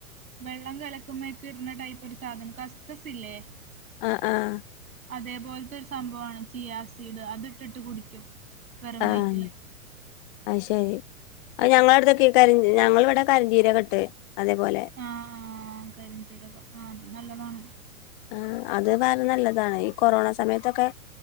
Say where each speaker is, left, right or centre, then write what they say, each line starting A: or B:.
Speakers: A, on the right; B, on the left.
A: വെള്ളം കലക്കുമ്പ ഒക്കെ ഇരുന്ന ടൈപ്പ് ഒരു സാധനം കസ്കസ് ഇല്ലേ
B: ആഹ് ആഹ്
A: അതേപോലത്തെ ഒരു സംഭവമാണ് ജിയാസിഡ് അത്ട്ടിട്ട് കുടിക്കും വെറും
B: ആഹ്
A: വയറ്റില്
B: ആയ്ശരി അഹ് ഞങ്ങള അടുൊക്ക ക ഞങ്ങൾ ഇവിടെ കരിഞ്ചീരകെട്ട് അതേപോലെ
A: ആഹ് ആഹ് കരിഞ്ചീരകം ആഹ് അത് നല്ലതാണ്
B: ആഹ് അത് വേറെ നല്ലതാണ് ഈ കൊറോണ സമയത്തൊക്കെ